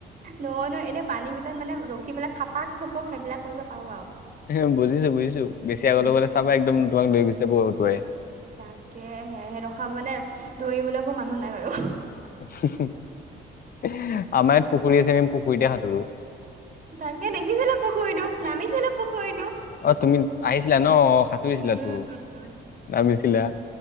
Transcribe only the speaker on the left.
এ বুজিছো বুজিছো বেছি আগলে
গলে চাবা একদম তোমাক লৈ গোছি যাব ওতোৱাই।
আমাৰ ইয়াত পুখুৰী আছে আমি পুখুৰীতে সাঁতোৰো।
অ' তুমি আহিছিলা ন সাঁতুৰিছিলা
তো নামিছিলা।